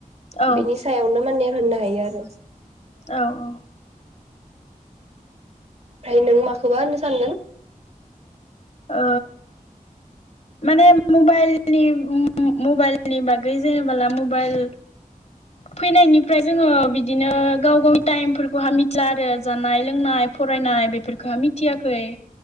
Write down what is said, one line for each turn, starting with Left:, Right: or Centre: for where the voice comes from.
Left: औ
Right: बिनि सायावनो माने होननो हायो आरो
Left: औ औ
Right: ओमफ्राय नों माखोबा होननो सानगोन?
Left: आ माने मबाइलनि मबाइलनि बागै जेनेबला मबाइल फैनायनि ओमफ्राय जोङो बिदिनो गाव गावनि टाइमफोरखौ हा मिथिला आरो जानाय लोंनाय फरायनाय बेफोरखौ मिथियाखै